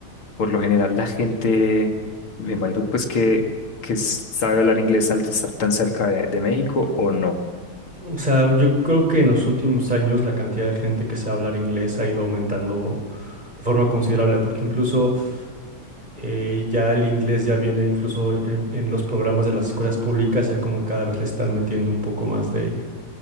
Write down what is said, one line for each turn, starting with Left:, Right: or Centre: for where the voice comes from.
Left: por lo general, la gente, me imagino pues que, que s- sabe hablar inglés al estar tan cerca de, de México o no.
Right: O sea, yo creo que en los últimos años la cantidad de gente que sabe hablar inglés ha ido aumentando de forma considerable, porque incluso eh, ya el inglés ya viene incluso en, en los programas de las escuelas públicas, ya como cada vez le están metiendo un poco más de,